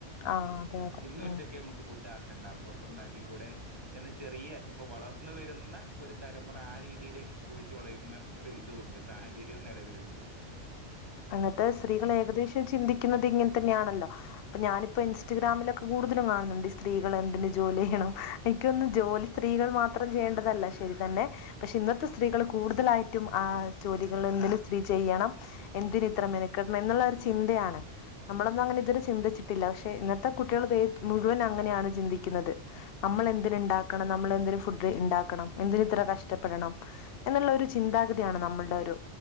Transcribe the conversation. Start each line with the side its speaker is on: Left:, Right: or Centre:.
Left: ആഹ് അതെ അതെ
Right: ഇന്ന
Left: ഉം
Right: ഉച്ചക്ക് നമുക്ക് ഫുഡാ കണ്ടപ്പുറത്തുന്നാക്കി കൂടെ എന്ന് ചെറിയ ഇപ്പൊ വളർന്ന വരുന്ന ഒരു തലമുറ ആ രീതിയിലേക്ക് ചോദിച്ചു വളരുന്ന ഒരു ഇതും ഉണ്ട് സാഹചര്യവും നിലവില്ണ്ട്
Left: അങ്ങത്തെ സ്ത്രീകൾ ഏകദേശം ചിന്തിക്കുന്നത് ഇങ്ങനെ തന്നെയാണല്ലോ അപ്പൊ ഞാനിപ്പോ ഇൻസ്റ്റഗ്രാമിലൊക്കെ കൂടുതലും കാണുന്നുണ്ട് ഈ സ്ത്രീകൾ എന്തിനന് ജോലി ചെയ്യണം എനിക്കൊന്നും ജോലി സ്ത്രീകൾ മാത്രം ചെയ്യേണ്ടതല്ല ശരി തന്നെ പക്ഷെ ഇന്നത്തെ സ്ത്രീകൾ കൂടുതലായിട്ടും ആ ജോലികൾ എന്ന് സ്ത്രീ ചെയ്യണം എന്തിന ഇത്ര മെനക്കെട്ടണം എന്നുള്ള ഒരു ചിന്തയാണ് നമ്മളൊന്നും അങ്ങനെ ഇത്ര ചിന്തിച്ചിട്ടില്ല പക്ഷെ ഇന്നത്തെ കുട്ടികൾ ത മുഴുവൻ അങ്ങനെയാണ് ചിന്തിക്കുന്നത് നമ്മൾെന്തിന ഉണ്ടാക്കണം നമ്മൾ എന്തിനന് ഫുഡ് ഉണ്ടാക്കണം എന്ന് ഇത്ര കഷ്ടപ്പെടണം എന്നുള്ള ഒരു ചിന്താഗതിയാണ് നമ്മളുടെ ഒരു